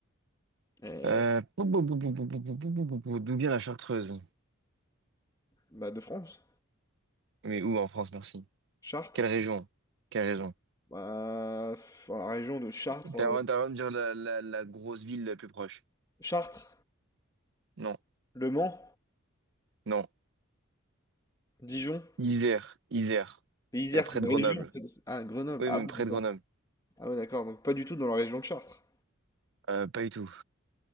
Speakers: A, on the left (about 20°); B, on the right (about 60°).
A: Eh
B: Euh...
A: ouais.
B: pou- pou- pou- pou- pou- pou- pou- pou- pou- pou- pou- D'où vient la Chartreuse?
A: Bah, de France.
B: Mais où en France, merci.
A: Chartres.
B: Quelle région? Quelle région?
A: Bah, pff, la région de Chartres.
B: T'as
A: euh,
B: t'as le droit de me dire la, la, la grosse ville la plus proche.
A: Chartres.
B: Non,
A: Le Mans.
B: non.
A: Dijon.
B: Isère, Isère.
A: Et Isère,
B: C'est près
A: c'est une
B: de
A: région.
B: Grenoble.
A: c'est- c'est- Ah, Grenoble.
B: Oui,
A: Ah
B: mais
A: oui,
B: près
A: d'accord.
B: de Grenoble.
A: Ah ouais, d'accord. Donc, pas du tout dans la région de Chartres.
B: Euh, pas du tout.